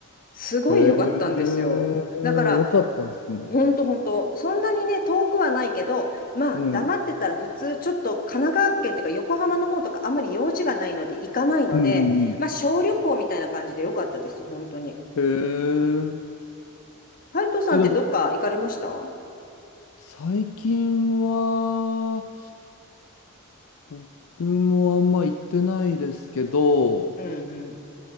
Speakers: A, on the left; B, on the left.
A: すごい良かったんですよ。
B: え。へえ。
A: だから、
B: よかったですね。
A: ほんとほんと、そんなにね、遠くはないけど、まあ、
B: うん。
A: 黙ってたら普通、ちょっと神奈川県とか横浜の方とかあんまり用事がないので行かないので、
B: うんうんうん。
A: まあ、小旅行みたいな感じで良かったです、本当に。
B: へえ。
A: ハルトさんってどっか行かれましたうん
B: え、でも、最近は、僕もあんま行ってないですけど、
A: うん